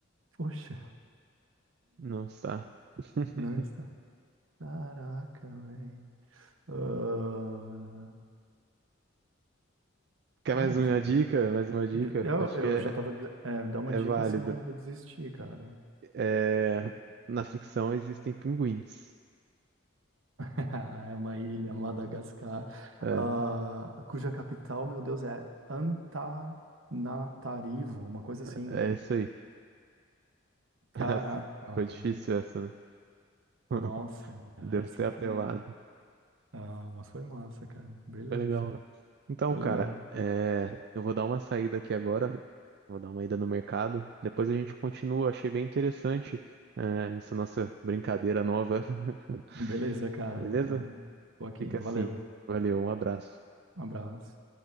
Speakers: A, on the right; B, on the right.
A: Poxa,
B: Não está. <laughs>
A: não está. Caraca, velho. Ah,
B: Quer
A: cara,
B: mais
A: não
B: uma
A: faço.
B: dica? Mais uma dica?
A: Eu,
B: Acho
A: eu
B: que é,
A: já tava. dizendo- É, dá uma
B: é
A: dica,
B: válido.
A: senão eu vou desistir, cara.
B: É, na ficção existem pinguins.
A: <laughs> É uma ilha, Madagascar,
B: É,
A: ah, cuja capital, meu Deus, é Antananarivo, uma coisa assim.
B: é isso aí.
A: Caraca,
B: Essa- foi
A: meu.
B: difícil essa, né? <laughs>
A: nossa,
B: Devo
A: essa
B: ter
A: foi.
B: apelado.
A: Ah, mas foi massa, cara. Beleza,
B: Foi legal. Então,
A: foi
B: cara,
A: legal.
B: é, eu vou dar uma saída aqui agora. Vou dar uma ida no mercado. Depois a gente continua. Achei bem interessante, é, essa nossa brincadeira nova. <laughs>
A: Beleza, cara.
B: Beleza?
A: Então, tô aqui.
B: Fica
A: Valeu,
B: assim. Valeu, um abraço.
A: um abraço.